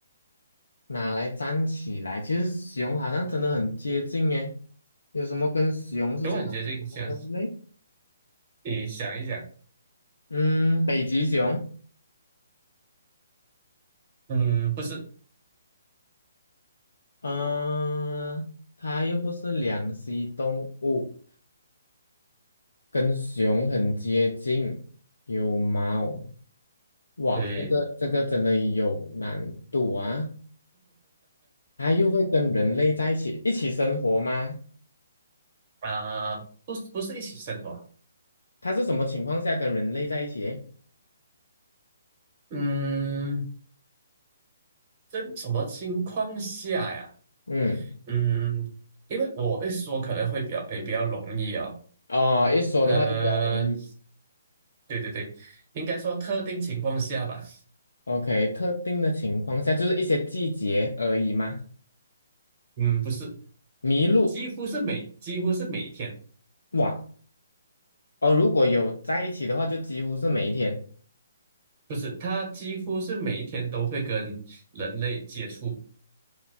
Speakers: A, on the left; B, on the right.
A: 拿来粘起来？其实熊好像真的很接近诶，有什么跟熊是差不多的嘞？
B: 等很接近，想，你想一想，
A: 嗯，北极熊，
B: 嗯，不是，
A: 嗯、它又不是两栖动物，跟熊很接近，有毛。哇，
B: 对
A: 这个这个真的有难度啊！它又会跟人类在一起一起生活吗？
B: 啊、不是不是一起生活，
A: 它是什么情况下跟人类在一起？
B: 嗯，这什么情况下呀？
A: 嗯，
B: 嗯，因为我一说可能会比较也比较容易哦，
A: 哦，一说的话就比较容易。
B: 呃，对对对，应该说特定情况下吧，
A: OK，特定的情况下就是一些季节而已嘛。
B: 嗯，不是，
A: 麋鹿，
B: 几乎是每几乎是每天，
A: 哇，哦，如果有在一起的话，就几乎是每一天。
B: 不是，他几乎是每一天都会跟人类接触，